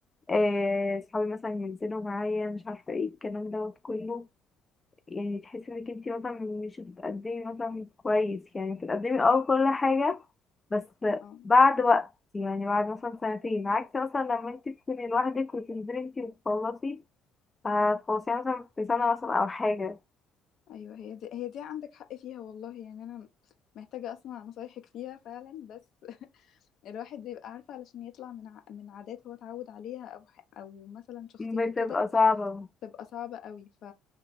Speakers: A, on the left; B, on the left.
A: آه، صحابي مثلا ينزلوا معايا مش عارفة ايه الكلام دوت كله يعني تحسي انك انتي مثلا مش بتقدمي مثلا كويس يعني بتقدمي اه كل حاجة بس
B: اه
A: بعد وقت يعني بعد مثلا سنتين عكس مثلا لما انتي تكوني لوحدك وتنزلي انتي وتخلصي آه، تخلصيها مثلا في سنة مثلا أو حاجة
B: ايوه هي دي هي دي عندك حق فيها والله يعني انا محتاجه اسمع نصايحك فيها فعلا بس <laughs> الواحد بيبقى عارفه علشان يطلع من ع... من عادات هو اتعود عليها او ح... او مثلا شخصيته
A: بتبقى
B: كده
A: صعبة
B: تبقى صعبه قوي ف